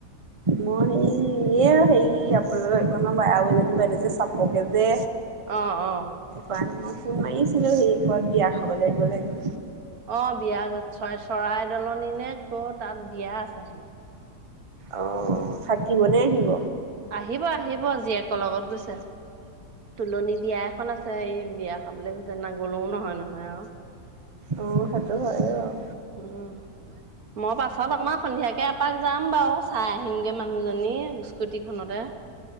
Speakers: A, on the right; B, on the right.
A: মই হে এয়া হেৰি আপোনালোকৰ আৰু এজনী বাইদেউ যে চাপৰ কে যে।
B: অ', অ',
A: বাক মই ফোন মাৰিছিলোঁ সেই ক'ত বিয়া খাবলৈ গ'ল হেনো।
B: অ', বিয়া চৰা চৰাই দলনিনে ক'ত তাত বিয়া আছে হেনো।
A: অ', থাকিব নে আহিব?
B: আহিব-আহিব জীয়েকৰ লগত গৈছে। তুলনি বিয়া এখন আছে সেই বিয়া খাবলৈ গৈছে ন- গ'লেও নহয় নহয় আৰু
A: অ', সেইটো হয় অ',
B: উম', মই পাছত অকণমান সন্ধিয়াকে এপাক যাম বাৰু চাই আহিমগে মানুহজনী স্কুটিখনতে।